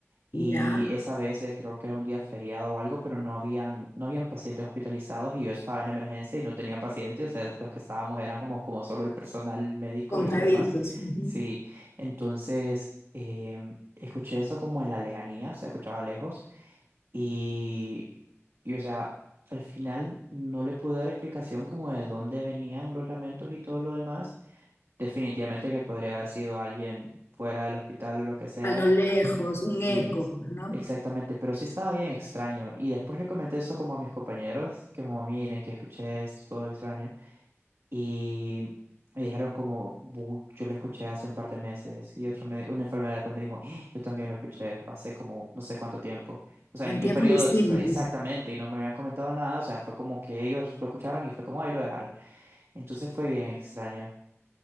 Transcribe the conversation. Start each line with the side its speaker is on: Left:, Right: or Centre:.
Right: y
Left: Ya.
Right: esa vez eh, creo que era un día feriado o algo, pero no habían, no habían pacientes hospitalizados y yo estaba en emergencia y no tenía pacientes, o sea, los que estábamos eran como, como solo el personal médico
Left: contaditos,
Right: y los demás.
Left: ujú.
Right: Sí, entonces... em, Escuché eso como en la lejanía, se escuchaba lejos y, y, o sea, al final no le pude dar explicación como de dónde venían los lamentos y todo lo demás. Definitivamente que podría haber sido alguien fuera del hospital o lo que sea.
Left: a lo lejos, un
Right: Sí,
Left: eco, pues, ¿no?
Right: exactamente. Pero sí estaba bien extraño. Y después le comenté esto como a mis compañeros, que como miren, que escuché esto, todo extraño. Y me dijeron como, "Bu, yo lo escuché hace un par de meses. Y otro me- una enfermera después me dijo, "Ah, yo también lo escuché hace como no sé cuánto tiempo. O sea,
Left: En
Right: en, en
Left: tiempos
Right: periodos
Left: distintos.
Right: exa- exactamente, y no me habían comentado nada. O sea, fue como que ellos lo escucharon y fue como, ahí lo dejaron. Entonces fue bien extraño.